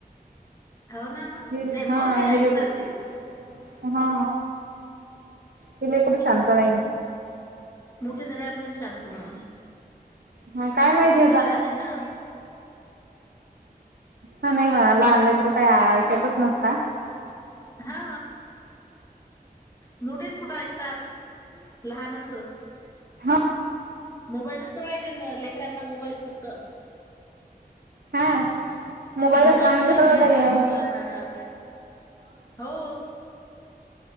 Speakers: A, on the left; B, on the right.
A: हो ना
B: हे
A: नाही
B: हा
A: मग नाही
B: हे
A: ऐकणार
B: लेकरू
A: ती.
B: हा कि लेकरू शांत नाही.
A: मोठीे झाल्यावर होईल शां मग
B: हा काय
A: आता
B: माहिती
A: कसं लहान आहे ना?
B: हा नाही म्हणा लानल्याकडे काही ऐकतच नसता. <unintelligible>
A: हा नोटीस कुठे ऐकतात? लहानच तू
B: हा
A: मोबाईलच तर पाहिजे मग लेकरांना मोबाईल फक्त.
B: हा मोबाईल
A: मोबाईलच
B: असला म्हणजे
A: लय
B: सगळं
A: वेळ
B: काही
A: लागलं
B: आहे
A: मुलांना आता हो.